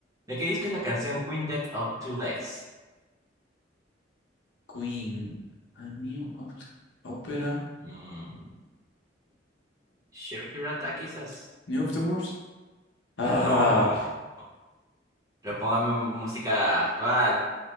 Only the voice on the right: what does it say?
¿De qué disco es la canción Queen Dead of Two Legs?
Mm. Shiro Hirata, quizás.
No. Repóngame música actual.